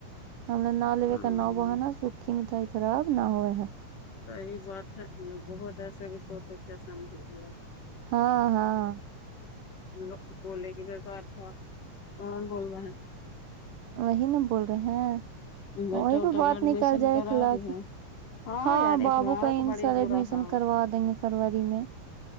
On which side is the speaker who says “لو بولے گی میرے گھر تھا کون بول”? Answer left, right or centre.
Left